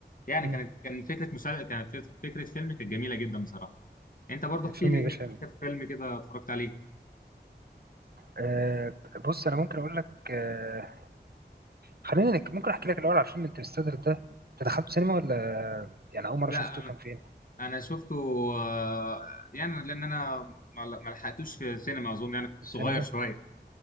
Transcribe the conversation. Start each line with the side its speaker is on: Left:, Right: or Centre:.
Left: يعني
Right: مم.
Left: كانت كان فكره مسا... كانت فكره فكرة فيلم كانت جميله جدا بصراحه انت برضو
Right: الفيلم
Left: احكي لي
Right: يا
Left: ايه
Right: باشا
Left: اخر فيلم كده اتفرجت عليه
Right: آه بص انا ممكن اقول لك آه خلينا نك... ممكن احكي لك الاول على فيلم انترستيلر ده انت دخلته سينما ولا يعني اول مره
Left: لا
Right: شفته كان فين
Left: انا شفته آه، يعني لان انا ما ما لحقتوش في السينما اظن يعني كنت
Right: السينما
Left: صغير شويه